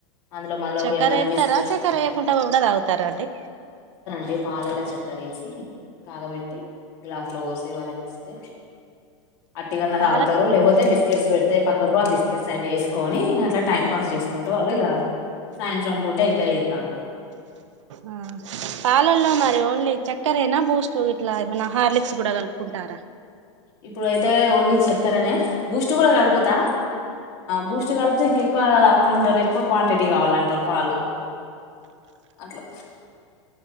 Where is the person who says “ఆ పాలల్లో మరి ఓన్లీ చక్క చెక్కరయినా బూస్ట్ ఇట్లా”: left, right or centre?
Right